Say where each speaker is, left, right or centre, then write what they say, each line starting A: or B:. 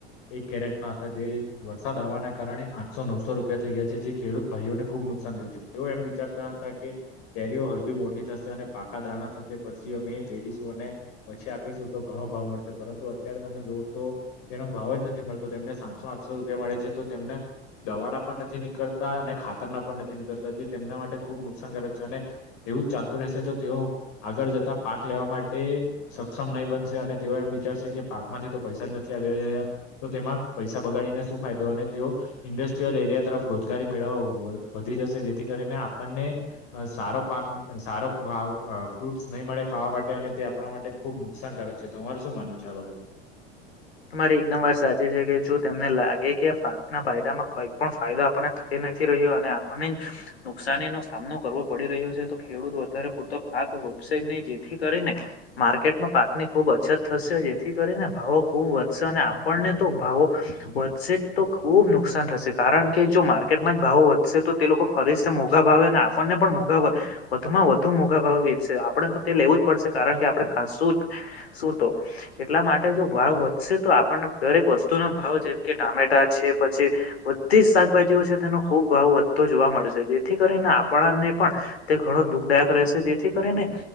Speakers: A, on the left; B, on the left.
A: એક કેરેટ ના હતા જે વરસાદ આવવાના કારણે આઠસો નવસો રૂપિયા થઈ ગયા છે જે ખેડૂત. ભાઈઓને ખુબ નુકસાન થયું છે તેઓ એમ વિચારતા હતા કે કેરીઓ હજુ મોટી થશે અને પાકા દાણા થશે. પછી અમે બેડીશું અને પછી આપીશું તો ઘણો ભાવ મળશે પરંતુ અત્યારે તમે જોવ તો. તેનો ભાવ જ નથી મળતો તેમને સાતસો આઠસો રૂપિયા મળે છે તો તેમને દવાના પણ નથી નીકળતા અને. ખાતરના પણ નથી નીકળતા જે તેમના માટે ખુબ નુકસાનકારક છે અને તેવું ચાલતું રહેશે તો તેઓ. આગળ જતા પાક લેવા માટે સક્ષમ નહીં બનશે અને તેઓ એમ વિચારશે કે પાક માંથી તો પૈસા જ નથી. તો તેમાં પૈસા બગાડીને શું ફાયદો અને તેઓ ઇન્ડસ્ટ્રીયલ એરિયા તરફ રોજગારી મેળવવા. વધી જશે જેથી કરીને આપણને સારો પાક સારો ખ. ફ્રૂટ્સ નહીં મળે ખાવા માટે અને તે આપણા માટે ખુબ નુકસાનકારક છે તમાર શું માનવ છે આ બાબત.
B: તમારી એકદમ વાર સાચી છે કે જો તને લાગે કે પાાકના ફાયદામાં કોઈ પણ ફાયદો આપણને થઈ નથી. આપને નુકની નો સામનો કરવો પડી રહ્યો છે તો ખેડૂત વધારે પરતો ભાગ. રોશે નહી જેથી કરીને માર્કેટમાં પાકની ખૂબ અછત થશે જેથી કરીને ભાવો. ખુબ વધશે અને આપણને તો ભાવો વધશે જ તો ખુબ નુકસાન થશે કારણ કે જો માર્કેટ. ટ ભાવો વધશે તો તે લોકો ખરી મોઘા ભાવે અને આપણને પણ મોઘા વધુમાં વધુ મોઘા ભાવે. આપ તો તે લેવું જ પડશે કારણ કે આપણેું શું તો એટલા માટે જો. ભાવ વધશે તો આપણને દરેક વસ્તુ ના ભાવ જેમ કે ટામેટા છે પછી બધી જ શાકભાજી. તેનો ખુબ ભાવ વધતો જોવા મળશે જેથી કરીને આપણને પણ તે ઘણો દુઃખદાયક રહેશે. જેથી કરીને